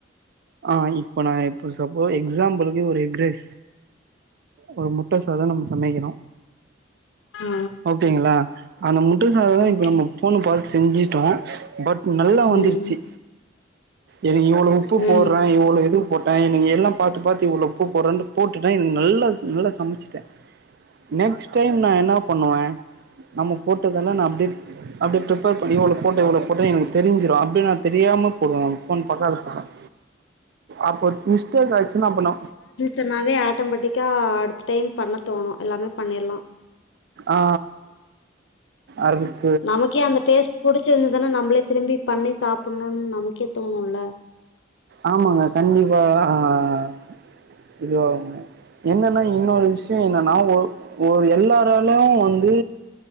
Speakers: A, on the right; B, on the left.
A: ஆ இப்ப நா இப்ப சப்போ எக்ஸாம்பிளுக்கு ஒரு எக்ரைஸ் ஒரு முட்ட சாதோ நம்ம சமைக்கிரோ
B: ஆ
A: ஓகேங்களா அந்த முட்ட சாதோ
B: ஓகே
A: இப்ப நம்ம ஃபோன பாத்து செஞ்சுட்டோ பட் நல்லா வந்துருச்சு
B: ம்
A: எனுக் இவ்வுளோ உப்பு
B: ம்
A: போட்றே இவ்வுளோ இது போட்டே எனக்கு எல்லா பாத்து பாத்து இவ்வுளோ உப்பு போட்றன்ட்டு போட்டுட்டே எனக்கு நல்லா நல்லா சமச்சுட்டே நெக்ஸ்ட் டைம் நா என்னி பண்ணுவே நம்ம போட்டதெல்ல நா அப்டே அப்டே ப்ரிப்பர் பண்ணி இவ்ளோ போட்டே இவ்ளோ போட்டே எனக்கு தெரிஞ்சிரூ அப்டி நா தெரியாம போடுவே நா ஃபோன் பாக்காத போடுவே அப்போ மிஸ்டேக் ஆய்ச்சினா அப்ப நா
B: சொன்னாவே ஆட்டோமேட்டிக்கா அடுத்த டைம் பண்ண தோணு எல்லாமே பண்ணிற்லா
A: ஆ அதுக்
B: நமக்கே அந்த டேஸ்ட் புடிச்சிருந்துதனா நம்பளே திரும்பி பண்ணி சாப்பிட்ணுன் நமக்கே தோணுல
A: ஆமாங்க கண்டிப்பா <unintelligible> இதுவாவுங்க என்னனா இன்னொரு விஷியோ என்னனா ஒ ஒரு எல்லாராலயு வந்து